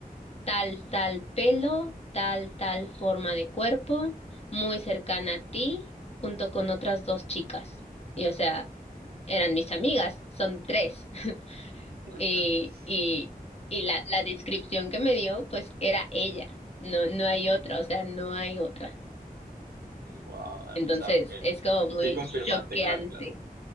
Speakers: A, on the left (about 40°); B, on the right (about 85°).
A: tal, tal pelo, tal, tal forma de cuerpo, muy cercana a ti, junto con otras dos chicas. Y, o sea, eran mis amigas, son tres. <laughs>
B: <laughs>
A: Y, y, y la, la descripción que me dio, pues era ella. No, no hay otra, o sea, no hay otra.
B: Wow,
A: Entonces,
B: o sea, ok.
A: es como muy
B: Sí confirmaste,
A: choqueante.
B: claro, claro.